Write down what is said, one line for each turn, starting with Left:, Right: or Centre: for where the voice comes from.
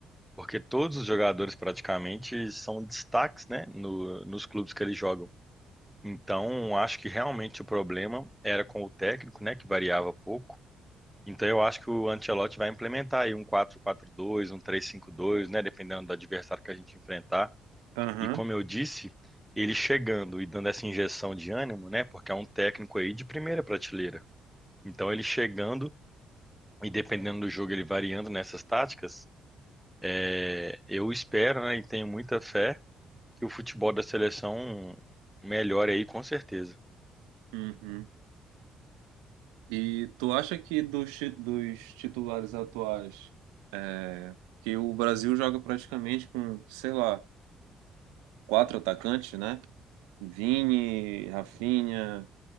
Centre: Porque todos os jogadores praticamente são destaques, né, no- nos clubes que eles jogam. Então, acho que realmente o problema era com o técnico, né, que variava pouco. Então, eu acho que o Ancelotti vai implementar aí um 4-4-2, um 3-5-2, né, dependendo do adversário que a gente enfrentar.
Right: Aham.
Centre: E como eu disse, ele chegando e dando essa injeção de ânimo, né, porque é um técnico aí de primeira prateleira. Então, ele chegando e dependendo do jogo, ele variando nessas táticas, é, eu espero, né, e tenho muita fé que o futebol da seleção melhore aí com certeza.
Right: Uhum. E tu acha que dos, ti- dos titulares atuais, é, que o Brasil joga praticamente com, sei lá, quatro atacantes, né? Vini, Rafinha,